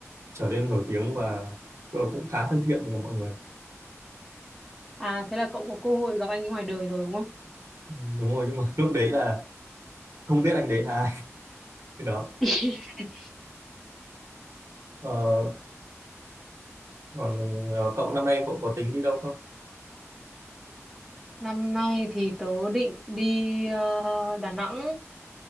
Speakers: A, on the right; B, in the centre.
A: trở nên nổi tiếng và và cũng khá thân thiện với cả mọi người
B: À, thế là cậu có cơ hội gặp anh ấy ngoài đời rồi đúng không?
A: Ừ, đúng rồi nhưng mà lúc đấy là không biết anh đấy là ai <laughs> cái đó
B: <laughs>
A: ờ, còn ờ, cậu năm nay cậu có tính đi đâu không
B: Năm nay thì tớ định đi ờ, Đà Nẵng